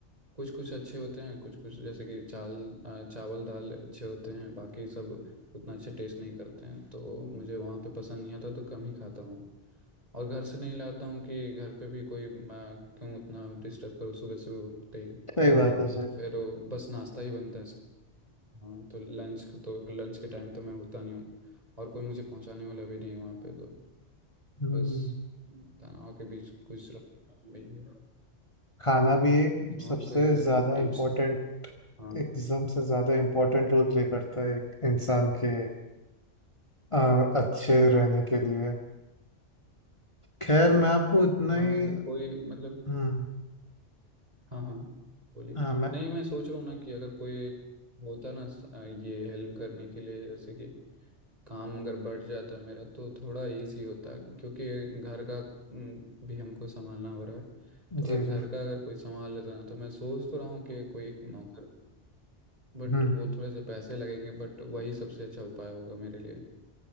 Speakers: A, on the right; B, on the left.
A: कुछ कुछ अच्छे होते हैं कुछ कुछ जैसे कि चावल अ, चावल दाल अच्छे होते हैं बाकी सब उतना अच्छे टेस्ट नहीं करते हैं तो मुझे वहाँ पे पसंद नहीं आता तो कम ही खाता हूँ और घर से नहीं लाता हूँ कि घर पे भी कोई मैं क्यों उतना डिस्टर्ब करूँ सुबह सुबह उठते ही
B: सही बात है सही
A: तो
B: बात।
A: फिर वो बस नाश्ता ही बनता है सब। हाँ तो लंच तो लंच के टाइम तो मैं होता नहीं हूँ और कोई मुझे पहुँचाने वाला भी नहीं है वहाँ पे तो
B: हम्म
A: बस तनाव के बीच गुजरा यही है
B: खाना भी एक
A: और
B: सबसे
A: कोई अगर
B: ज्यादा
A: टिप्स
B: इम्पोर्टेंट
A: हो हाँ
B: एकदम से ज्यादा इम्पोर्टेंट रोल प्ले करता है एक इंसान के अ, अच्छे रहने के लिए खैर मैं आपको इतना
A: हाँ
B: ही
A: अगर कोई मतलब
B: हम्म
A: हाँ हाँ बोलिए
B: हाँ मैं
A: नहीं मैं सोच रहा हूँ ना कि अगर कोई होता ना स- अ, ये हेल्प करने के लिए जैसे कि काम अगर बढ़ जाता मेरा तो थोड़ा इजी होता क्योंकि घर का हम्म, भी हमको संभालना हो रहा है तो अगर
B: जी
A: घर
B: जी
A: का अगर कोई संभाल लेता ना तो मैं सोच तो रहा हूँ कि कोई एक नौकर बट
B: हम्म
A: वो थोड़े से पैसे लगेंगे बट वही सबसे अच्छा उपाय होगा मेरे लिए